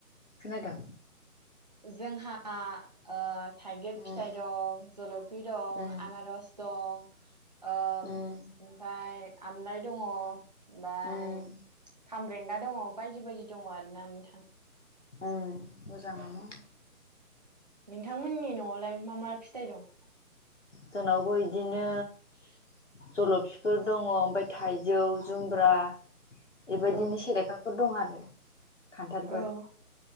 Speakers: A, on the left (about 50°); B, on the right (about 30°).
A: खोनादों?
B: जोंहा ओ थाइगिर
A: उम
B: फिथाइ दं, जल'फि दं,
A: उम
B: आनारस दं ओम
A: उम
B: ओमफाय आमलाइ दङ' बाय
A: उम
B: खामब्रेंगा दङ' बायदि बायदि दङ' आरोना नोंथां
A: ओं मोजाङानो
B: नोंथांमोननि न'आवलाय मा मा फिथाइ दं?
A: जोंनावबो इदिनो
B: <unintelligible>
A: जल'फिफोर दङ' ओमफाय थाइजौ, जुमब्रा इबायदिनो
B: औ
A: सेलेखाफोर दं आरो खान्थालफोर
B: औ